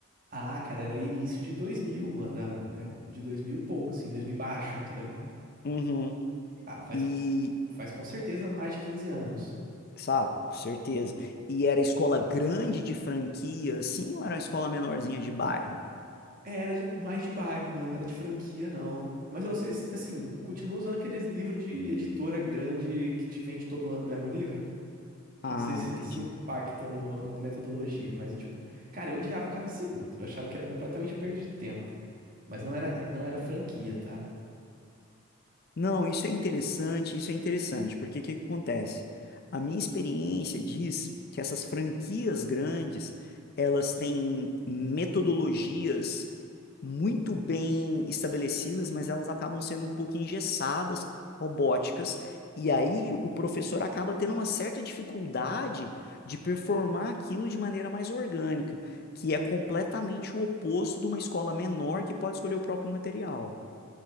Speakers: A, on the right (about 40°); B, on the left (about 50°).
A: Ah, cara, era início de 2000, mano, da década de 2000 e pouco, assim, 2000 e baixo, entendeu?
B: Uhum.
A: Ah, faz,
B: E,
A: faz com certeza mais de 15 anos.
B: Sabe? Certeza. E era escola grande de franquia, assim, ou era uma escola menorzinha de bairro?
A: É, Era de mais de bairro, mano, era de franquia, não. Mas eu não sei se, assim, continua usando aqueles livros de editora grande que te vende todo ano o mesmo livro?
B: Ah,
A: Não sei se
B: entendi.
A: isso impacta no, na metodologia, mas tipo, cara, eu odiava cada segundo. Eu achava que era completamente perda de tempo. Mas não era, não era franquia, tá?
B: Não, isso é interessante, isso é interessante, porque o que que acontece? A minha experiência diz que essas franquias grandes, elas têm metodologias muito bem estabelecidas, mas elas acabam sendo um pouco engessadas, robóticas, e aí o professor acaba tendo uma certa dificuldade de performar aquilo de maneira mais orgânica, que é completamente o oposto de uma escola menor que pode escolher o próprio material.